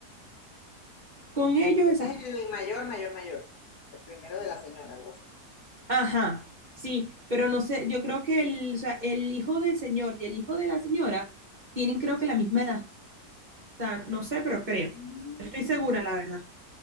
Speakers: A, on the right; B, on the left.
A: Con ellos
B: Ese
A: esa...
B: es el mayor, mayor, mayor. El primero de la señora, algo así.
A: Ajá, sí, pero no sé, yo creo que el, o sea, el hijo del señor y el hijo de la señora tienen creo que la misma edad. O sea, no sé, pero creo.
B: Mm,
A: No estoy segura,
B: ok,
A: la verdad.